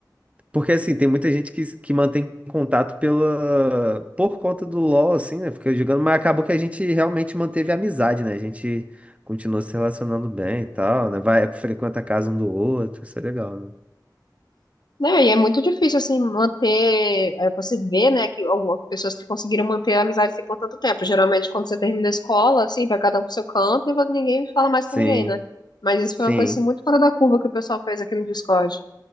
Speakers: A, on the right (about 15°); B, on the left (about 70°).
A: Porque assim, tem muita gente que, que mantém contato pela... por conta do LoL, assim, né? Fica jogando, mas acabou que a gente realmente manteve a amizade, né? A gente continuou se relacionando bem e tal, né? Vai, frequenta a casa um do outro, isso é legal, né?
B: Não, e é muito difícil, assim, manter. é, você vê, né, que algumas pessoas que conseguiram manter a amizade assim, por tanto tempo. Geralmente, quando você termina a escola, assim, vai cada um pro seu canto e ninguém fala mais
A: Sim,
B: com ninguém, né? Mas isso
A: sim.
B: foi uma coisa, assim, muito fora da curva que o pessoal fez aqui no Discord.